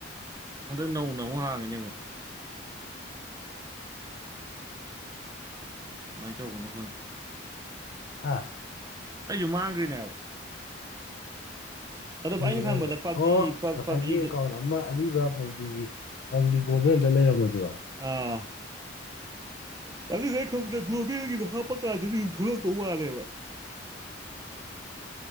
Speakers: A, on the right; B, on the left.
A: ꯍꯟꯗꯛ ꯅꯧꯅ ꯑꯃꯨꯛ ꯍꯥꯡꯉꯤꯅꯦ ꯑꯃꯨꯛ ꯀꯃꯥꯏ ꯇꯧꯕꯅꯣ ꯈꯪꯗꯦ
B: ꯑꯥ
A: ꯑꯩꯁꯨ ꯃꯥꯡꯈ꯭ꯔꯤꯅꯦꯕ ꯑꯗꯣ
B: ꯀꯔꯤꯕꯅꯣ
A: ꯑꯩꯅ ꯈꯟꯕꯗ
B: ꯍꯥꯏꯖꯦ
A: ꯄꯞꯖꯤ
B: ꯑꯣ ꯉꯁꯥꯏꯒꯤ
A: ꯄꯞꯖꯤꯗ
B: ꯑꯦꯀꯥꯎꯟ ꯑꯃ ꯑꯔꯤꯕ ꯄꯝꯖꯤꯒꯤ ꯄꯝꯖꯤ ꯒ꯭ꯂꯣꯕꯦꯜꯗ ꯂꯩꯔꯝꯃꯗ꯭ꯔꯣ
A: ꯑꯥ ꯑꯗꯨꯦ ꯒ꯭ꯂꯣꯕꯦꯜꯒꯤꯗꯣ ꯍꯥꯞꯄ ꯀꯥꯟꯗꯗꯤ ꯑꯗꯨꯝ ꯊꯣꯛꯂꯛꯇꯧ ꯋꯥꯂꯦꯕ